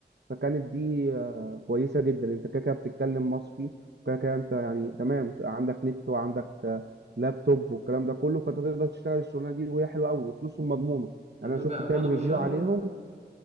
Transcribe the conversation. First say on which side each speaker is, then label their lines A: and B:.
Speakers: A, on the right; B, on the right.
A: فكانت دي آه، كويسه جدا انت كده كده بتتكلم مصري وكده كده انت يعني تمام عندك نت وعندك آه، لابتوب والكلام ده كله فانت تقدر تشتغل الشغلانه دي وهي حلوه قوي وفلوسهم
B: مم.
A: مضمونه
B: طب
A: يعني
B: دول
A: انا شفت
B: بيقبضوا
A: كام ريفيو
B: بالشهر
A: عليهم